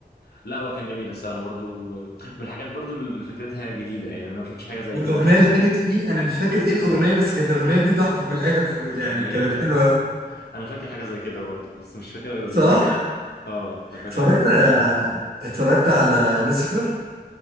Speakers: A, on the left; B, on the right.
A: لا هو كان جميل الصراحه برضو من الحاجات برضو اللي فكرتها جديده يعني انا ما شفتش حاجه زي
B: والاغنيه
A: كده قبل كده
B: اللي كانت فيه انا مش فاكر ايه الاغنيه بس كانت الاغنيه دي تحفه في الاخر خ- يعني
A: اغنيه
B: كانت حلوه قوي
A: انا فاكر حاجه زي كده برضه بس مش فاكر اول اغنيه
B: صح
A: الصراحه اه انا فاكر
B: اتفرجت
A: حاجه زي كده
B: آه، اتفرجت على لوسيفر